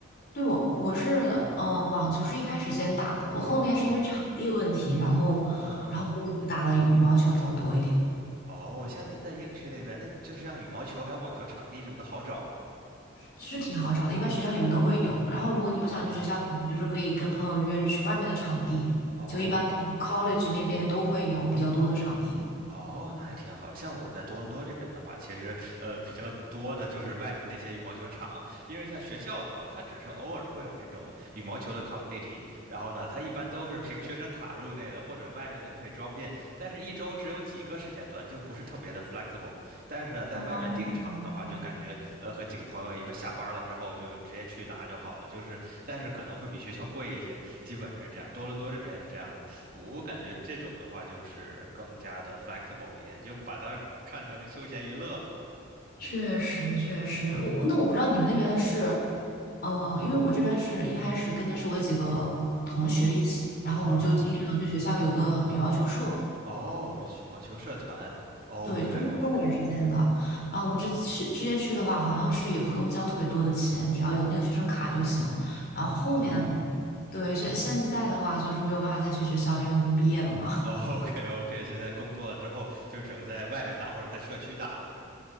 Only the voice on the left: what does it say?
对，我我是嗯，网球是一开始先打的，我后面是因为场地问题，
然后然后后面就打的羽毛球比较多一点，
其实挺好找的，一般学校里面都会有。然后如果你不想去学校里面，
就是可以跟朋友约着去外面的场地，
就一般 college 那边都会有比较多的场地。
哦，明白
确实，确实，我那我不知道你们那边是，呃，因为我这边是一开始跟的是我几个同学一起，
然后我们就经常去学校有个羽毛球社，
对，中中国人之间的，
然后我们这去之前去的话，好像是也不用交特别多的钱，只要有那个学生卡就行。然后后面，
对，现现在的话就是没有办法再去学校，因为我已经毕业了嘛。